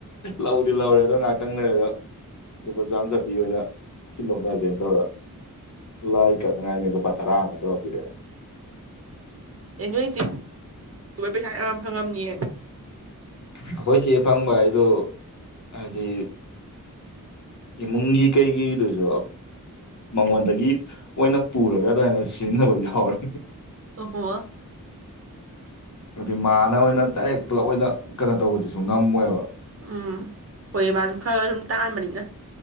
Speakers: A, on the left; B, on the right.
A: ꯂꯧꯗꯤ ꯂꯧꯔꯦ ꯑꯗꯣ ꯉꯥꯏꯍꯥꯛꯇꯪ ꯂꯩꯔꯒ ꯂꯨꯄꯥ ꯆꯥꯝꯃ ꯆꯞꯄꯤ ꯑꯣꯏꯅ ꯁꯤꯟꯗꯣꯛꯅꯔꯁꯦꯅ ꯇꯧꯔꯒ ꯂꯥꯏ ꯀꯠꯅꯤꯉꯥꯏꯅꯦꯅ ꯂꯨꯄꯥ ꯇꯔꯥ ꯑꯃ ꯇꯧꯔ꯭ ꯄꯤꯔꯛꯑꯦ
B: ꯑꯦ ꯅꯣꯏ ꯆꯦ ꯄꯩꯁꯥ ꯌꯥꯝ ꯐꯪꯉꯝꯅꯤꯌꯦ
A: ꯑꯩꯈꯣꯏ ꯆꯦ ꯐꯪꯕ ꯍꯥꯏꯗꯨ ꯍꯥꯏꯗꯤ ꯏꯃꯨꯡꯒꯤ ꯀꯩꯒꯤꯗꯨꯁꯨ ꯃꯉꯣꯟꯗꯒꯤ ꯃꯣꯏꯅ ꯄꯨꯔꯒ ꯑꯗꯨꯃꯥꯏꯅ ꯁꯤꯖꯤꯟꯅꯕ ꯌꯥꯎꯔꯦ
B: ꯑꯣ ꯍꯣ
A: ꯑꯗꯨꯗꯩꯩ ꯃꯥꯅ ꯑꯣꯏꯅ ꯗꯥꯏꯔꯦꯛ ꯄꯨꯜꯂꯞ ꯑꯣꯏꯅ ꯀꯩꯅꯣ ꯇꯧꯕꯗꯨꯁꯨ ꯉꯝꯃꯣꯏꯕ
B: ꯎꯝ ꯍꯣꯏ ꯃꯥꯁꯨ ꯈꯔ ꯁꯨꯝ ꯇꯥꯥꯟꯕꯅꯤꯅ